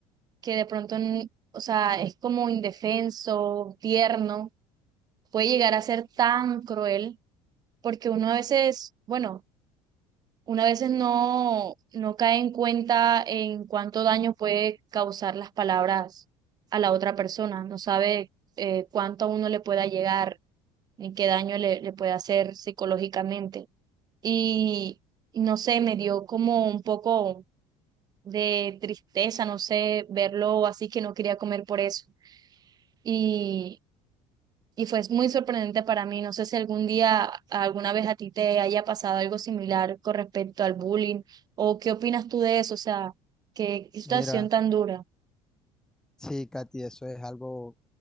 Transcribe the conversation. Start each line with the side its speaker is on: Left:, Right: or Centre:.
Right: que de pronto, n- o sea, es como indefenso, tierno, puede llegar a ser tan cruel, porque uno a veces, bueno, uno a veces no, no cae en cuenta en cuánto daño puede causar las palabras a la otra persona, no sabe eh, cuánto a uno le pueda llegar, ni qué daño le, le puede hacer psicológicamente. Y y no sé, me dio como un poco de tristeza, no sé, verlo así que no quería comer por eso. y, y fue muy sorprendente para mí. No sé si algún día, alguna vez a ti te haya pasado algo similar con respecto al bullying o qué opinas tú de eso, o sea, qué qué situación
Centre: Mira,
Right: tan dura.
Centre: sí, Katy, eso es algo